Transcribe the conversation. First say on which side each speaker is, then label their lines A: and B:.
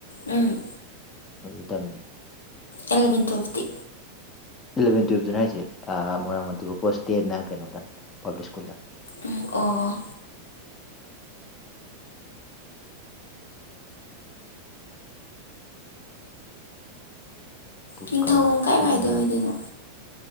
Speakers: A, on the left (about 70°); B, on the left (about 20°).
A: ꯎꯝ
B: ꯑꯗꯨ ꯇꯃꯦ
A: ꯑꯦꯂꯕꯦꯟ ꯇ꯭ꯋꯦꯜꯇꯤ
B: ꯏꯂꯕꯦꯟ ꯇꯨꯌꯦꯜꯞꯇꯨꯅ ꯍꯥꯏꯁꯦ ꯃꯣꯏꯔꯥꯡ ꯃꯥꯟꯇꯤꯄꯨꯔ ꯄꯣꯁ ꯇꯦꯟꯅ ꯀꯩꯅꯣꯗ ꯄꯥꯕ꯭ꯂꯤꯛ ꯁ꯭ꯀꯨꯜꯗ
A: ꯎꯝ ꯑꯣ
B: ꯑꯗꯨꯒ
A: ꯅꯤꯡꯊꯧꯒꯐꯝ
B: ꯍꯧꯖꯤꯛꯅ
A: ꯀꯥꯏ ꯀꯥꯏꯗ ꯑꯣꯏꯗꯣꯏꯅꯣ